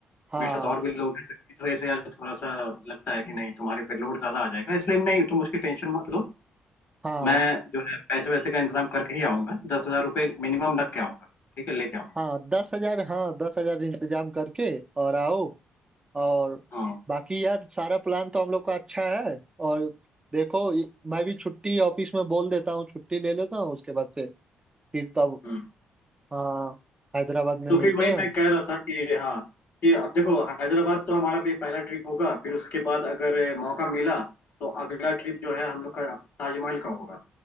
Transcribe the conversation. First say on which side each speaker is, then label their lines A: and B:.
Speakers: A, on the right; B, on the left.
A: हाँ
B: मेरे साथ और भी लोग हैं तो इस वजह से यार थोड़ा सा लगता है कि नहीं तुम्हारे पे लोड ज्यादा आ जाएगा इसलिए नहीं तुम उसकी टेंशन मत लो
A: हाँ
B: मैं जो है पैसे वैसे का इंतजाम करके ही आऊंगा दस हजार रुपये मिनिमम रख के आऊंगा ठीक है लेके आऊंगा
A: हाँ दस हजार हाँ दस हजार इंतजाम करके और आओ और
B: हाँ
A: बाकी यार सारा प्लान तो हम लोग का अच्छा है और देखो ये- मैं भी छुट्टी ऑफिस में बोल देता हूँ छुट्टी ले लेता हूँ उसके बाद से फिर तब
B: हम्म।
A: हाँ हैदराबाद में
B: तो
A: मिलते
B: फिर वही
A: हैं
B: मैं कह रहा था कि हाँ कि अब देखो हैदराबाद तो हमारा ये पहला ट्रिप होगा फिर उसके बाद अगर मौका मिला तो अगला ट्रिप जो है हम लोग का ताजमहल का होगा